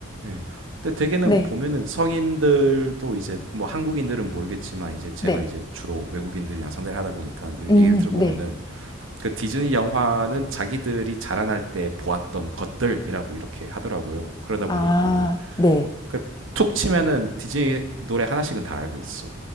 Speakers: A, on the right; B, on the left.
A: 예. 근데 대개는
B: 네.
A: 보면은 성인들도 이제 뭐 한국인들은 모르겠지만 이제 제가
B: 네.
A: 이제 주로 외국인들이랑 상대를 하다 보니까 이 얘기를
B: 음,
A: 들어보면은
B: 네.
A: 그 디즈니 영화는 자기들이 자라날 때 보았던 것들이라고 이렇게 하더라고요. 그러다
B: 아,
A: 보니까는
B: 네.
A: 그 툭 치면은 디즈니 노래 하나씩은 다 알고 있어.